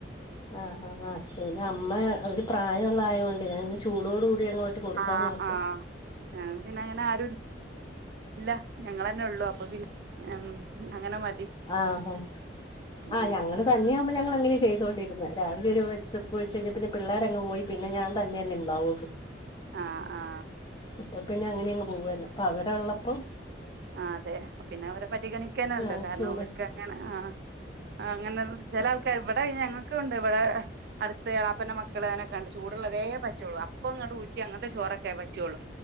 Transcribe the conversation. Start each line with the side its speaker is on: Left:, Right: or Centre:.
Left: ആ ആ ആ അച്ഛ അമ്മ അവര് പ്രായമ ഉള്ള ആയൊണ്ട് ഞാാനിനെ ചൂടോട കൂടി അങ്ങോട്ട് കൊടുക്കാൻ
Right: ആഹ്
Left: നോക്കും
Right: ആഹ് ഞങ്ങക്ക് പിന്നെ അങ്ങനെ ആരും ഇല്ല ഞങ്ങളെന്നെ ഉള്ളു അപ്പൊ പിന്നെ അങ്ങനെ മതി
Left: ആഹാ
Right: ഉം
Left: ആഹ് ഞങ്ങള്ൾ തന്നെയ ആകുമ്പോ ഞങ്ങ എങ്ങനെയാണ് ചെയ്തോണ്ടിരുന്ന രാവിലെ ഒരെപ്പ് വെച്ച് കഴിഞ്ഞ പിന്നെ പിള്ളേരങ്ങ് പോയി പിന്നെ ഞാൻ തന്നെല്ലെണ്ടാവൂ
Right: ആ ആ
Left: അപ്പൊ പിന്നെ അങ്ങനെ അങ്ങ് പോവല്ല അപ്പൊ അവരള്ളപ്പം
Right: ആ അതെ പിന്നെ അവരെ പരിഗണിക്കാനല്ലോ
Left: ആഹ്
Right: കാരണം
Left: ചൂട്
Right: അവർക്ക്ങ്ങനെ ആ അങ്ങനെ ചില ആൾക്കാര് ഇവിടെ ഞങ്ങൾക്കുണ്ട് ഇവിടെ അടുത്ത് എളാപ്പന മക്കൾ അങ്ങനൊക്കെ ഉണ്ട് ചൂടുള്ളതേ പറ്റുള്ളൂ അപ്പൊ ഇങ്ങ അങ്ങത്തെ ചോറൊക്കെ പറ്റുള്ളൂ